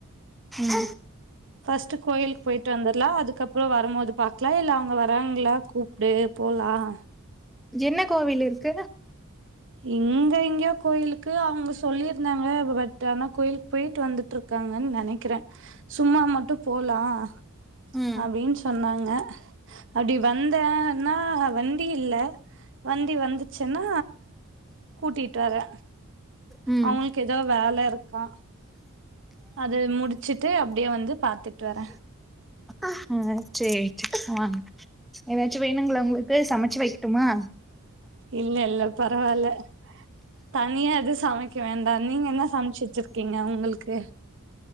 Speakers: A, in the centre; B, on the right (about 60°).
A: ம்
B: பஸ்ட் கோயிலுக்கு போயிட்டு வந்துடலாம் அதுக்கப்புறம் அப்பு வரும் போது பாக்கலாம் இல்ல அவங்க வறாங்களா கூப்பிடு போலாம்
A: என்ன கோவில் இருக்கு
B: இங்க இங்கயோ கோயிலுக்கு அவங்க சொல்லியிருந்தாங்க பட் ஆனா கோயிலுக்கு போயிட்டு வந்துட்டு இருக் இருக்காங்கன்னு நினைக்கிறேன் சும்மா மட்டும் போலாம்
A: ம்
B: அப்படின்னு சொன்னாங்க அடி வந்தேன்னா வண்டி இல்ல வண்டி வந்துச்சே ன்னா கூட்டிட்டு வறே
A: ம்
B: அவங்களுக்கு ஏத வேலை இருக்கா அது முடிச்சுட்டு அப்படியே வந்து பாத்து பாத்துட்டு வர
A: ஆஹ் சரி சரி ஏதாச்சும் வேணுங்களா உங்களுக்கு சமைச்சு வைக்கட்டுமா
B: இல்ல இல்ல பரவாயில்ல தனியா எதுவும் சமைக்க வேண்டாம் நீங்க என்ன சமைச்சிச்சிருக்கீங்க உங்களுக்கு